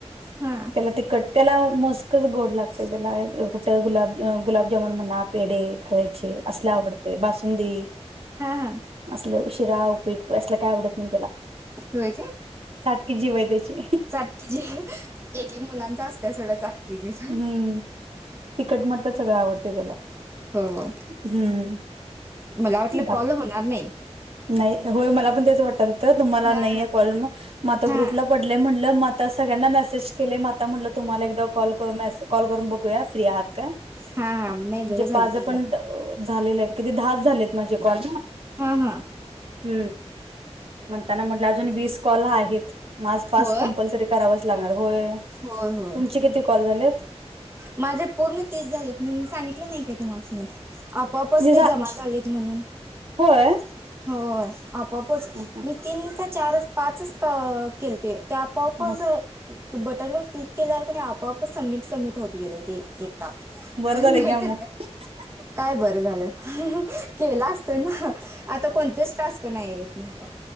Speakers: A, on the right (about 20°); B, on the right (about 55°).
A: हा
B: त्याला ते कट्ट्याला मस्कच गोड लागते त्याला कुठं गुलाब गुलाबजामुन म्हणा पेढ खावायचे असलल आवडतय बासुंदी
A: हा हा
B: असलं शिराव उपीठ असलं काय आवडत नाही त्याला
A: होय
B: सारखी जीव आहे त्याची
A: काटकी जे एक मुलांचा असत सोडा जीभ.
B: हम्म तिकट म्हणता सगळं आवडत त्याला
A: हो
B: हम्म
A: मला वाटलं
B: बाकी
A: कॉल होणार नाही.
B: नाही होय मला पण तेच वाटल तर तुम्हाला
A: हां,
B: नाहीे कॉल मग म आता
A: हां.
B: ग्रुपला पड म्हटलं म सगळ्यांना मेसेज केले म म्हट तुम्हाला एक कॉल कॉल करून ब फ आहात का
A: हां, नाही
B: म्हण
A: बरं झालं केला.
B: पण झा किती धास झालेत माझे कॉर्
A: हा हा
B: ह मग त्यांना म्हटलं अजून वीस कॉल आहेत माझ पास
A: होय?
B: कंपल्सरी करावाच लागणार होय
A: होय, होय.
B: तुमची किती कॉल झालेत.
A: माझे पूर्ण तेज झाले मी सांगित नाही का तुम आपपच
B: हे
A: ते
B: झा
A: जमा झालेत म्हणून.
B: होय
A: होय आपापच
B: अ
A: मी तीन चार पाचच केलते त्या पॉप
B: हा.
A: बटन वर क्लिक केल्यावर नाही आपाआप समिट समिट. होत गेले ते एकटा
B: बरं
A: नाहीत
B: झालं घ्या मग
A: का? काय बरं झालं केलं असत ना. आता कोणतेच टास्क नाही आहेतेत नाहीता